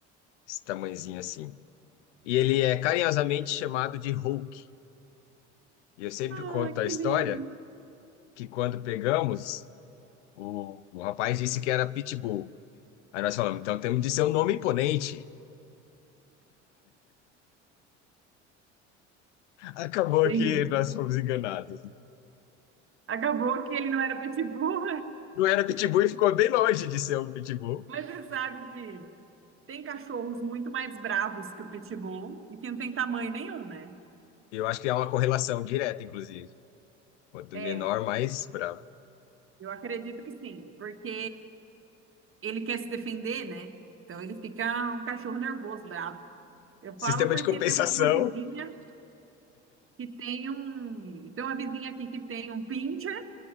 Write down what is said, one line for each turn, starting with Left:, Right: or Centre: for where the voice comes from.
Left: esse tamanhozinho assim. E ele é carinhosamente chamado de Hulk. E eu sempre
Right: Ah,
Left: conto
Right: que
Left: a história
Right: lindo.
Left: que quando pegamos, o, o rapaz disse que era Pitbull. Aí nós falamos, então temos de ser um nome imponente. Acabou
Right: Entendi.
Left: que nós fomos enganados.
Right: Acabou que ele não era pitbull,
Left: Não era Pitbull e ficou bem longe de ser um Pitbull.
Right: <laughs> mas você sabe que tem cachorros muito mais bravos que o pitbull e que não tem tamanho nenhum, né?
Left: Eu acho que há uma correlação direta, inclusive. Quanto
Right: É,
Left: menor, mais bravo.
Right: eu acredito que sim, porque ele quer se defender, né? Então ele fica um cachorro nervoso, bravo. Eu falo
Left: Sistema
Right: porque
Left: de compensação
Right: temos uma vizinha que tem um. Tem uma vizinha aqui que tem um pincher